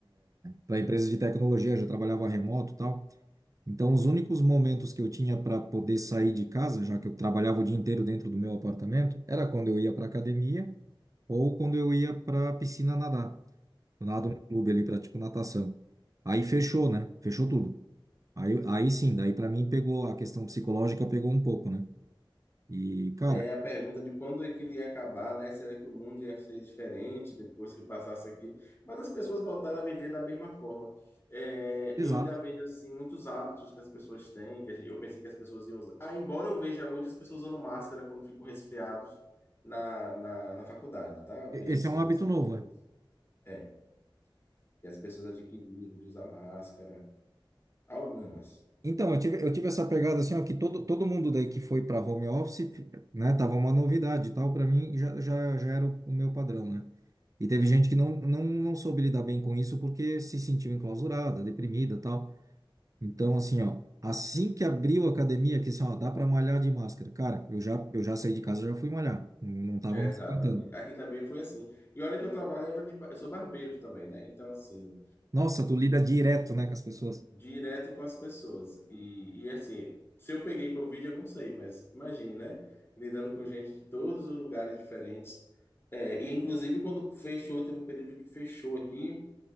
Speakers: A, on the right; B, on the left.
A: Para empresa de tecnologia, já trabalhava remoto, e tal. Então, os únicos momentos que eu tinha para poder sair de casa, já que eu trabalhava o dia inteiro dentro do meu apartamento, era quando eu ia para academia ou quando eu ia para piscina nadar. Eu
B: Uhum.
A: nado no clube ali, pratico natação. Aí fechou, né? Fechou tudo. Aí, aí sim, daí para mim pegou a questão psicológica, pegou um pouco, né? E, cara,
B: É a pergunta de quando é que ele ia acabar, né? Será que o mundo ia ser diferente depois que passasse aquilo? Mas as pessoas voltaram a viver da mesma forma. É,
A: exato.
B: eu ainda vejo assim muitos hábitos que as pessoas têm, que a gente- eu pensei que as pessoas iam usar. Ah, embora eu veja hoje as pessoas usando máscara quando ficam resfriados na, na, na faculdade, tá? Vejo
A: E- Esse
B: assim
A: é um
B: algumas
A: hábito
B: pessoas.
A: novo, né?
B: É, que as pessoas adquiriram de usar máscara. Algumas.
A: Então, eu tive, eu tive essa pegada assim, ó, que todo, todo mundo daí que foi para home office, né, tava uma novidade e tal, para mim já, já, já era o, o meu padrão, né? E teve gente que não, não, não soube lidar bem com isso porque se sentiu enclausurada, deprimida, e tal. Então, assim, ó, assim que abriu a academia, que assim, ó, dá para malhar de máscara. Cara, eu já, eu já saí de casa, já fui malhar, não, não tava
B: É,
A: mais
B: Exatamente.
A: aguentando.
B: Aqui também foi assim. E olha que eu trabalhava de, ba- eu sou barbeiro também, né? Então, assim,
A: Nossa, tu lida direto, né, com as pessoas.
B: direto com as pessoas. E, e assim, se eu peguei Covid, eu não sei, mas imagine, né? Lidando com gente de todos os lugares diferentes. É, e inclusive quando fechou, teve um período que fechou aqui,